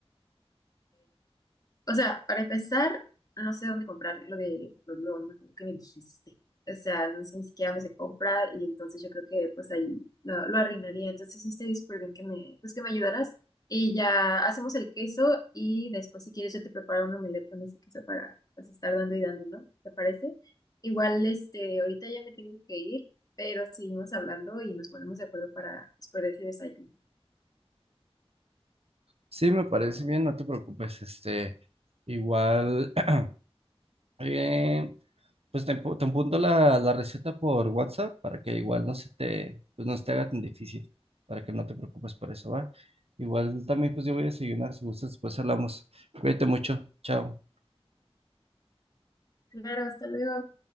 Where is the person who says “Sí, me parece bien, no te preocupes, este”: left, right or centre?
Right